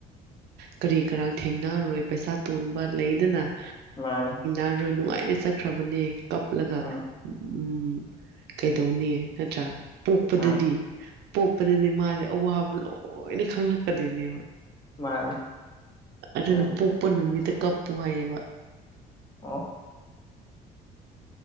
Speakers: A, on the right (about 75°); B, on the left (about 25°).
A: ꯀꯔꯤ ꯀꯔꯥꯡ ꯊꯦꯡꯅꯔꯔꯣꯏ ꯄꯩꯁꯥ ꯇꯣꯟꯕ ꯂꯩꯗꯨꯅ
B: ꯃꯥꯅꯦ
A: ꯔꯔꯣꯏ ꯅꯨꯡꯉꯥꯏꯅ ꯆꯠꯈ꯭ꯔꯕꯅꯦ ꯀꯞꯂꯒ
B: ꯎꯝ
A: ꯎꯝ ꯀꯩꯗꯧꯅꯤ ꯅꯠꯇ꯭ꯔꯥ ꯄꯣꯛꯄꯗꯗꯤ
B: ꯃꯥꯅꯤ
A: ꯄꯣꯛꯄꯗꯗꯤ ꯃꯥꯁꯦ ꯑꯋꯥꯕ ꯂꯣꯏꯅ ꯈꯪꯂꯛꯀꯗꯣꯏꯅꯦꯕ
B: ꯃꯥꯅꯤ
A: ꯑꯗꯨꯅ
B: ꯑꯗꯨ
A: ꯄꯣꯛꯄ ꯅꯨꯃꯤꯠꯇ ꯀꯞꯄꯨ ꯍꯥꯏꯌꯦꯕ
B: ꯑꯣꯦ